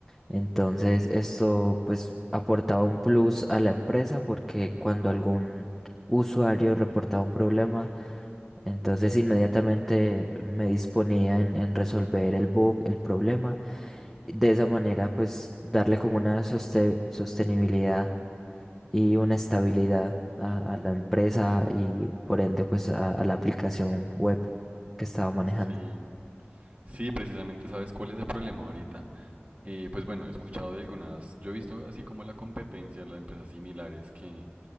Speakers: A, in the centre; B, on the right (about 35°).
A: Entonces, esto pues aportaba un plus a la empresa porque cuando algún usuario reportaba un problema, entonces inmediatamente me disponía en, en resolver el bug, el problema. De esa manera, pues darle como una soste- sostenibilidad y una estabilidad a,
B: Ujú.
A: a la empresa y por ende pues a a la aplicación web que estaba manejando.
B: Sí, sí, precisamente sabes cuál es el problema ahorita. Eh, pues bueno, he escuchado de algunas, yo he visto así como la competencia, las empresas similares que